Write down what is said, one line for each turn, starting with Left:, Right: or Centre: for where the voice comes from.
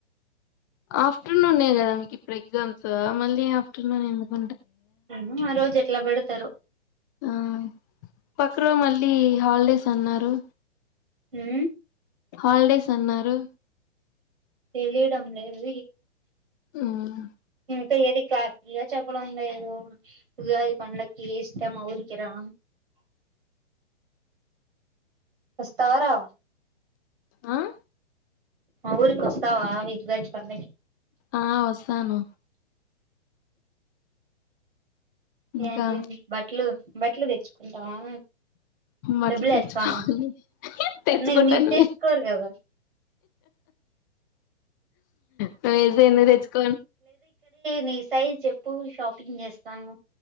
Left: ఆఫ్టర్నూన్ కదా మీకు ఇప్పుడు ఎగ్జామ్స్ మళ్ళీ ఆఫ్టర్నూన్ ఎందుకు
Right: ఏమో ఆ రోజు ఎట్ల పెడతారో
Left: ఆ పక్కరో మళ్ళీ హాలిడేస్ అన్నారు
Right: హా
Left: హాలిడేస్ అన్నారు
Right: తెలియడం లేదు
Left: ఆహా
Right: కా ఏది క్లాగా చెప్పడంగా ఏదో ఉగాది పండుకు ఇస్తా మా ఊరికి రా వాస్తవ రావ
Left: ఆహా
Right: ఊరికి వస్తావా ఇ గజ ప
Left: ఆ వస్తాను ఇంకా
Right: ఏ బట్టలు బట్టలు తెచ్చుకుంటావా
Left: బట్టలు
Right: డబ్బులు వేస్తాను
Left: తెచ్చుకోవాలి
Right: పట్న
Left: తెచ్చుకుంటాను
Right: మీరు తిసుకోరు కదా
Left: స ఏజైనా తెచ్చక
Right: న సైజ్ చెప్పు షాపింగ్ చేస్తాను